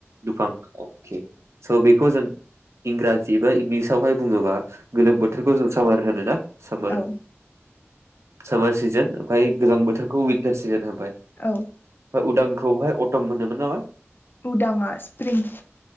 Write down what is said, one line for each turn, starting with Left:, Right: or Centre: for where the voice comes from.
Right: दुफां अके स' बेखौ जों इंराजि बा इंलिस आवहाय बुङोबा गोलोम बोथोरखौ जों सामार होनो ना? सोमोर
Left: औ
Right: सामार सिजोन ओमफाय गोजां बोथोरखौ विनटार सिजोन हो बाय
Left: औ
Right: ओ उदां खौहाय अटम मोनोमोन नामा?
Left: उदाङा स्प्रिं।